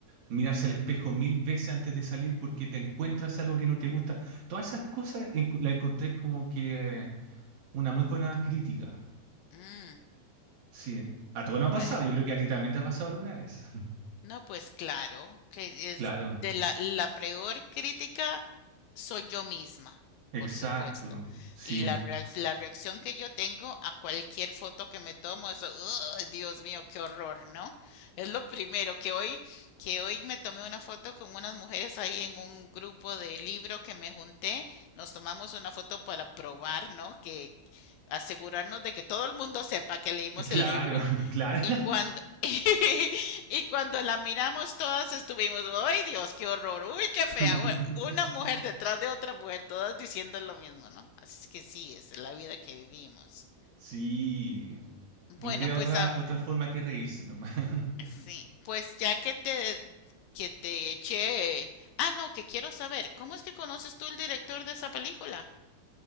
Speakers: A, on the right; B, on the left.
A: mirarse al espejo mil veces antes de salir porque te encuentras algo que no te gusta. Todas esas cosas enco- las encontré como que eh, una muy buena crítica.
B: Mm,
A: Sí, a todo no ha pasado.
B: bueno.
A: Yo creo que a ti también te ha pasado alguna vez. <laughs>
B: No, pues claro, que es
A: Claro,
B: de la, la peor crítica soy yo misma,
A: exacto.
B: por supuesto.
A: Sí,
B: Y la, reac- la reacción que yo tengo a cualquier foto que me tomo es, "Ugh, Dios mío, qué horror, ¿no? Es lo primero que hoy, que hoy me tomé una foto con unas mujeres ahí en un grupo de libro que me junté. Nos tomamos una foto para probar, ¿no? Que asegurarnos de que todo el mundo sepa que leímos
A: claro,
B: el libro.
A: <laughs> claro.
B: Y cuando, <laughs> y cuando la miramos todas estuvimos, ¡ay Dios, qué horror! ¡Uy, qué
A: <laughs>
B: fea! Bueno, Una mujer detrás de otra mujer, todas diciendo lo mismo, ¿no? Así es que sí, es la vida que vivimos.
A: Sí, no
B: Bueno,
A: queda
B: pues
A: otra,
B: a-
A: otra forma que reírse nomás. <laughs>
B: sí, pues ya que te, que te eché... Ah, no, que quiero saber, ¿cómo es que conoces tú el director de esa película?